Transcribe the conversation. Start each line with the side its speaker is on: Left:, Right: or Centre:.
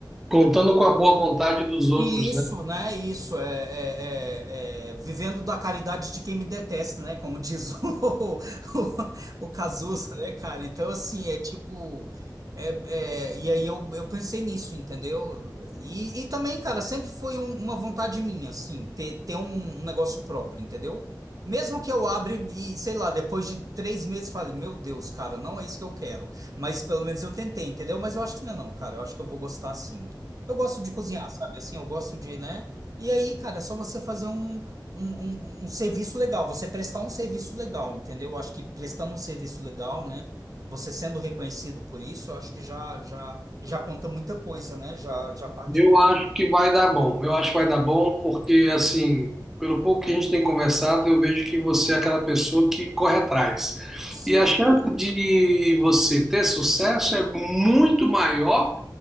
Centre: Contando com a boa vontade dos outros,
Right: E isso,
Centre: né?
Right: né? Isso é, é- é- é vivendo da caridade de quem me detesta, né? Como diz o, <laughs> o, o Cazuza, né, cara? Então, assim, é tipo. é- é- e aí eu, eu pensei nisso, entendeu? E, e também, cara, sempre foi um- uma vontade minha, assim, ter, ter um, um negócio próprio, entendeu? Mesmo que eu abra e, sei lá, depois de três meses fale, meu Deus, cara, não é isso que eu quero. Mas pelo menos eu tentei, entendeu? Mas eu acho que não é não, cara. Eu acho que eu vou gostar sim. Eu gosto de cozinhar, sabe? Assim, eu gosto de, né? E aí, cara, é só você fazer um, um, um, um serviço legal, você prestar um serviço legal, entendeu? Eu acho que prestando um serviço legal, né? Você sendo reconhecido por isso, eu acho que já já já conta muita coisa, né? Já já parte.
Centre: Eu acho que vai dar bom. Eu acho que vai dar bom porque, assim, pelo pouco que a gente tem conversado, eu vejo que você é aquela pessoa que corre atrás.
Right: Sim,
Centre: E a chance
Right: tá.
Centre: de você ter sucesso é muito maior